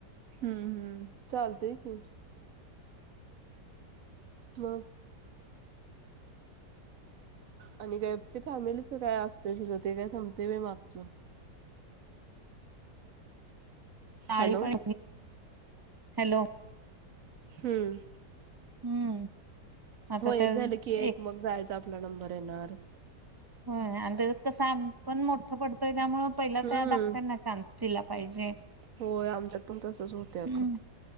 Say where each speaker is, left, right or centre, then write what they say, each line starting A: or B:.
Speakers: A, on the right; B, on the right.
A: हम्म हम्म चालतंय की ह आणि काय ते फॅमिलीच काय असत सगळं ते काय थांबते म मागचं
B: ह ळी
A: हॅलो
B: पड हॅलो
A: हम्म
B: हम्म आता
A: हो एक
B: त्या
A: झालं की
B: एक
A: मग जायचा आपला नंबर येणार
B: हो आणिगत कसा पण मोठं पडतोय त्यामु पहिला
A: हम्म
B: त्या दाखत्यांना चान्स दिला पाहिजे
A: होय आमच्यात पण तसच होत
B: हम्म
A: अ